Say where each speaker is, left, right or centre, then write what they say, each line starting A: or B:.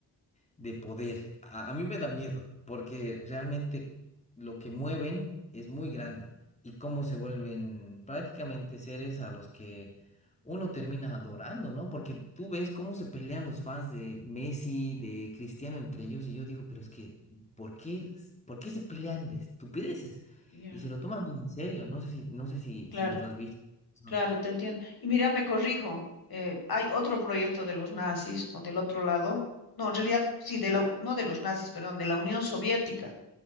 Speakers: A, on the left; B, on the left.
A: de poder. A, a mí me da miedo, porque realmente lo que mueven es muy grande y cómo se vuelven prácticamente seres a los que uno termina adorando, ¿no? Porque tú ves cómo se pelean los fans de Messi, de Cristiano entre ellos y yo digo, pero es que, ¿por qué, por qué se pelean de estupideces?
B: Ya.
A: Y se lo toman bien en serio, no sé si, no sé si,
B: Claro,
A: si los has visto. No.
B: claro, te entiendo. Y mira, me corrijo, eh, hay otro proyecto de los nazis o del otro lado, no, en realidad sí, de la, no de los nazis, perdón, de la Unión Soviética,